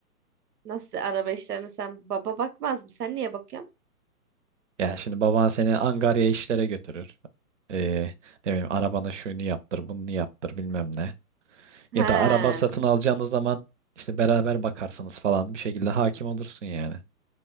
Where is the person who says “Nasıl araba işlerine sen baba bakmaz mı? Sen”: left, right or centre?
Right